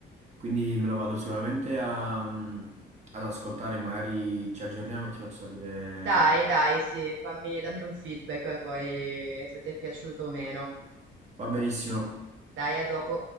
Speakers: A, on the right (about 35°); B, on the right (about 75°).
A: Quindi me lo vado sicuramente a, mh, ad ascoltare, magari ci aggiorniamo e ti faccio sapere.
B: Dai, dai, sì, fammi, dammi un feedback eh, poi se ti è piaciuto o meno.
A: Va benissimo.
B: Dai, a dopo.